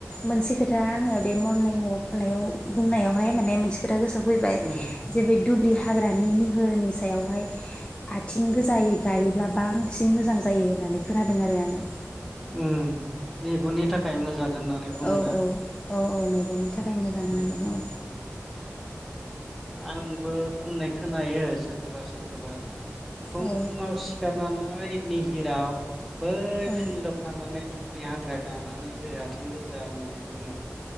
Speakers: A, on the left (about 20°); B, in the centre.
A: मोनसे खोथा आङो बे मरनिं वाक होनायाव बुंनायावहाय माने मोनसे खोथा गोसो फैबाय
B: उम
A: जेबो दब्रि हाग्रानि निहोरनि सायावहाय आथिं गोजायै गायोब्ला बांसिन मोजां जायो होननानै खोनादों आरो आङो।
B: उम मेगननि थाखाय मोजां होननानै बुङोना।
A: औ औ औ औ मेगननि थाखाय। खाय मोजां होननानै
B: उम
A: बुङो।
B: आंबो बुंनाय खोनायो सोरखोबा सोरखोबा। फुङाव
A: औ
B: सिखारनानै <unintelligible> निहिराव बै
A: औ
B: फिल्डआव थांनानै दुब्रि हाग्रा गानानै हो आथिं गोजा होननानै बुङो।